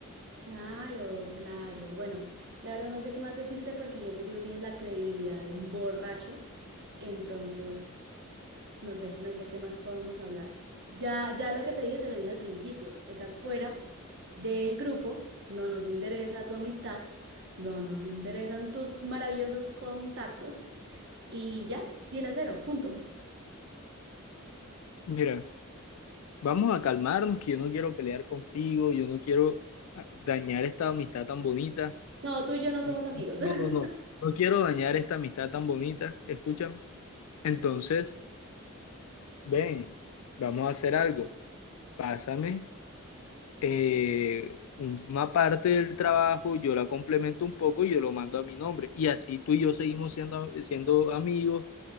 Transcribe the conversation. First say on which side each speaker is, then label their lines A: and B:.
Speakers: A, on the right (about 55°); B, on the left (about 80°).
A: Claro, claro. Bueno, la verdad no sé qué más decirte porque yo sé que tú tienes la credibilidad de un borracho, entonces no sé, no sé qué más podemos hablar. Ya, ya lo que te dije, te lo dije al principio. Estás fuera del grupo, no nos interesa tu amistad, no nos interesan tus maravillosos contactos y ya, tienes cero, punto. <laughs>
B: Mira, vamos a calmarnos, que yo no quiero pelear contigo, yo no quiero dañar esta amistad tan bonita.
A: No, tú y yo no
B: Eh,
A: somos amigos.
B: No, no,
A: <laughs>
B: no. No quiero dañar esta amistad tan bonita. Escúchame. Entonces, ven, vamos a hacer algo. Pásame eh, una parte del trabajo, yo la complemento un poco y yo lo mando a mi nombre. Y así tú y yo seguimos siendo, siendo amigos,